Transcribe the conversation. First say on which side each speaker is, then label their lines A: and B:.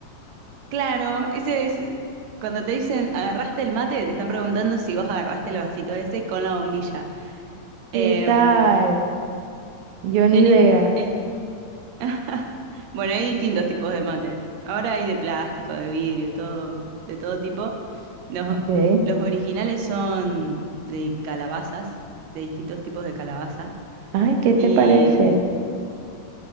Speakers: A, on the right; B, on the right.
A: Claro, ese es cuando te dicen agarraste el mate, te están preguntando si vos agarraste el vasito ese con la bombilla.
B: ¿Qué
A: Em,
B: tal? Yo ni
A: tene-
B: idea.
A: es- <laughs> bueno, hay distintos tipos de mate. Ahora hay de plástico, de vidrio, todo, de todo tipo. Los,
B: Ok.
A: los originales son de calabazas, de distintos tipos de calabazas.
B: Ay, ¿qué te
A: Y
B: parece?
A: mm,